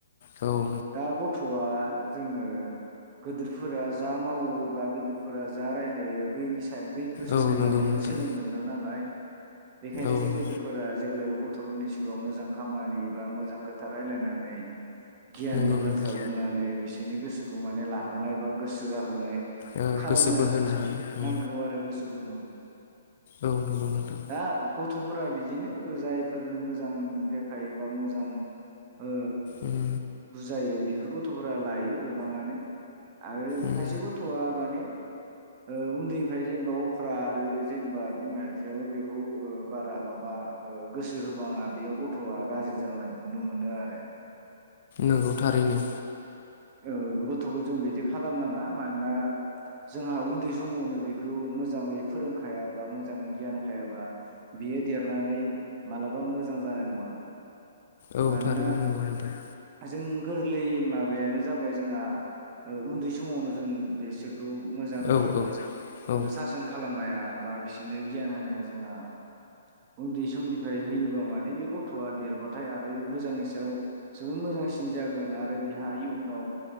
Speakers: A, on the left; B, on the right.
A: औ
B: दा गथ'आ जोंनो गिदिरफोरा जा मावो बा गदिरफोरा जा रायलायो बैनि साया फाइ बैखौसो
A: औ नोंथां औ
B: नुनानै
A: नंगौ नोंथां
B: सोलोंगोन दा नालाय बेखायनो
A: औ
B: जों
A: नंगौ
B: गोदोरफोरा जेब्लायबो गथ'फोरनि सिगाङाव मोजां खामानि बा मोजां खोथा रायजलायनानै गियाननि
A: नंगौ नोंथां।
B: बाथ्रा बुंनानै बिसोर नि गोसोखौ माने लाहोनाय बा गोसो जाहोनाय
A: ओ
B: खालामनो
A: गोसो बोहोनो हानाय उम
B: नांगौ आरो गोसो गुदुं।
A: औ नंगौ नोंथां
B: दा गथ'फोरा बिदिनो जाय बेफोरनो मोजां देखायोबा मोजां ओ
A: उम।
B: बुजायो बेफोर गथ'फोरा लायो गोबाङानो आरो
A: उम
B: खायसे गथ'आ माने ओ उन्दैनिफ्राय जेनेबा अख्रा आरो जेनेबा बिमा बिफायाबो बेखौ ओ बारा माबा ओ गोसो हो बाङा बेयाव गथ'आ गाज्रि जालांनायखौ नुनो मोनो। मोनो आरो।
A: नंगौ थारैनो।
B: ओ गथ'खौ जों बिदि खालामनाङा मानोना जोंहा उन्दै समावनो बिखौ मोजाङै फोरोंखायाबा, मोजाङै गियान होखायाबा, बियो देरनानै मालाबाबो मोजां जानाय नङा।
A: औ
B: मानोना
A: थारैनो नंगौ नोंथां।
B: जों गोरलै माबायानो जाबाय जोंहा उन्दै समावनो जों बेसोर खौ मोजाङै
A: औ औ औ
B: सासन खालामनाया बा बिसोरनि गियान होनाया जोंहा उन्दै समनिफ्राय होयोबा माने बे गथ'आ देरबा थाय आरो मोजांनि सायाव जोबोद मोजांसिन जागोन आरो बिहा इयुनाव